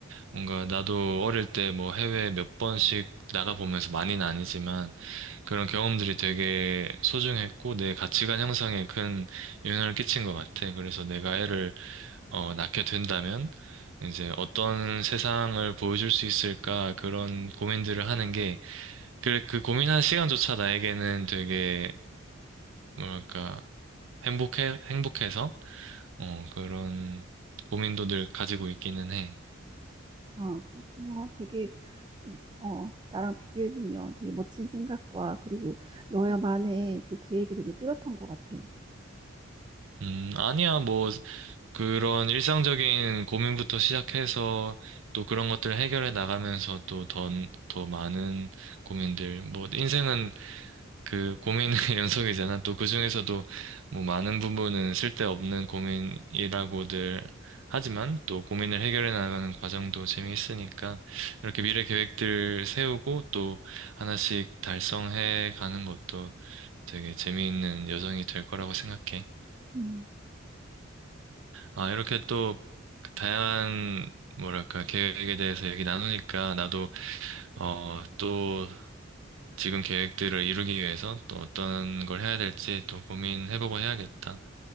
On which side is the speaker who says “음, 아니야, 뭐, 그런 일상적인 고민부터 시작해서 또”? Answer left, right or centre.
Right